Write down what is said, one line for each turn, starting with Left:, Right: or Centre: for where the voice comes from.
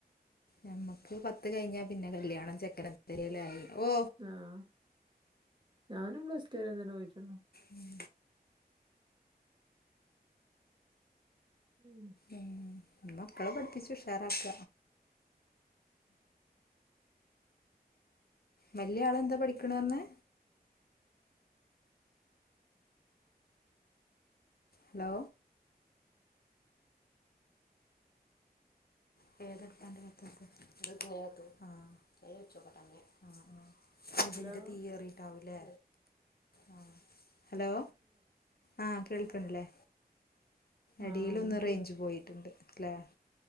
Left: ഞമ്മക്ക് പത്ത് കഴിഞ്ഞ പിന്നെ കല്യാണം ചെക്കനെ തെരയലായി ഓ
Right: ആഹ ഞാനും പ്ലസ് ടു വരെ തന്നെ പോയിട്ടൊള്ളൂ
Left: ഉം
Right: ഉം
Left: ഉം മക്കളെ പഠിപ്പിച്ചു ഉഷാറാക്ക വല്യ ആള് ന്താ പഠിക്കണ് പറഞ്ഞെ ഹലോ ഫേത് പാൻറ് പത്തത്ത് ഇത്തു ആ ചൈ വെച്ചോക്കെട്ടെന്നെ ആ ആ ഇ ഇതിന്റെ
Right: ഹലോ
Left: തീയറിട്ടാവല്ലേ ആ ഹലോ ആ കേൾക്കണല്ലേ
Right: ആഹ്
Left: എടിയില്
Right: ഒന്നൊക്കെ
Left: ഒന്ന് റേഞ്ച് പോയിട്ടുണ്ട് അല്ലേ